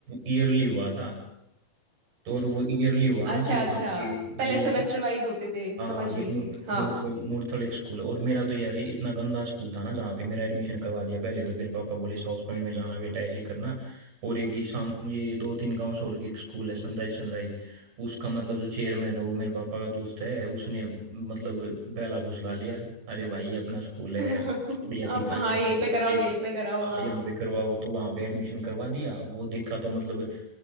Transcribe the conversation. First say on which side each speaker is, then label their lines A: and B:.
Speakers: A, on the right; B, on the right.
A: ईयरली हुआ था तो और वो ईयरली हुआ ना
B: अच्छा
A: तो यहाँ
B: अच्छा
A: पे
B: पहले
A: ये
B: सेमेस्टर वाइज होते थे
A: हाँ
B: समझ
A: ये
B: गई हाँ
A: मूर्थो मूर्थल स्कूल और मेरा तो यार इतना गंदा स्कूल था ना जहाँ पे मेरा एडमिशन करवा दिया पहले तो मेरे पापा बोले साउथ पॉइंट में जाना बेटा ऐसे करना और एक ही शाम ये दो तीन गांव छोड़ के एक स्कूल है सनराइज सनराइज उसका मतलब जो चेयरमैन है वो मेरे पापा का दोस्त है उसने मतलब बेला फुसला लिया अरे भाई ये अपना स्कूल है
B: <laughs>
A: बढ़िया
B: अब
A: टीचर
B: हाँ
A: है ऐसे
B: यहीं पे कराओ
A: ऐसे
B: यहीं पे कराओ
A: हाँ
B: हाँ
A: यहाँ पे करवाओ तो वहाँ पे एडमिशन करवा दिया वो देखा तो मतलब